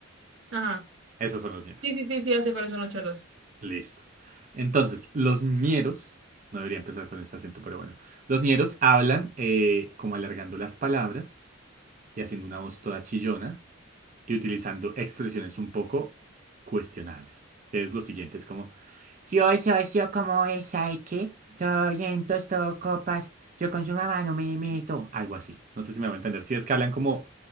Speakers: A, on the right; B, on the right.
A: ajá.
B: Esos son los ñeros.
A: Sí, sí, sí, sí, ya ¿sé cuáles son los cholos.
B: Listo. Entonces, los ñeros, no debería empezar con este acento, pero bueno, los ñeros hablan eh, como alargando las palabras y haciendo una voz toda chillona y utilizando expresiones un poco cuestionables. Que es lo siguiente, es como, Yo, yo, yo como esa y que todo vientos, todo copas, yo con su mamá no me meto. algo así. No sé si me va a entender. Si es que hablan como,